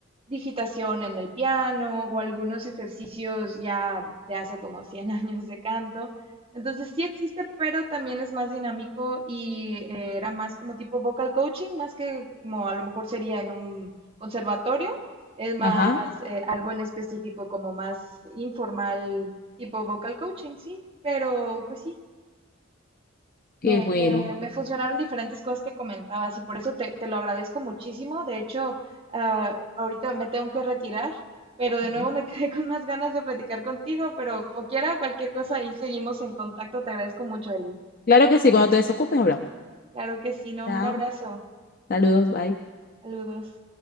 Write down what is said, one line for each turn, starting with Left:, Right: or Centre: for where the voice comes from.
Right: digitación en el piano o algunos ejercicios ya de hace como 100 <laughs> años de canto. Entonces sí existe, pero también es más dinámico y eh, era más como tipo vocal coaching, más que como a lo mejor sería en un conservatorio. Es más
Left: Ajá,
Right: eh, algo en específico, como más informal, tipo vocal coaching, sí. Pero pues sí,
Left: qué
Right: me,
Left: bueno.
Right: me, me funcionaron diferentes cosas que comentabas y por eso te, te lo agradezco muchísimo. De hecho, ah, ahorita me tengo que retirar, pero de
Left: Ujú.
Right: nuevo me quedé <laughs> con más ganas de platicar contigo, pero como quiera, cualquier cosa ahí seguimos en contacto. Te agradezco mucho, Ali.
Left: Claro que sí, cuando te desocupes hablamos.
Right: Claro que sí, no,
Left: Chao.
Right: un abrazo.
Left: Saludos, bye.
Right: Saludos.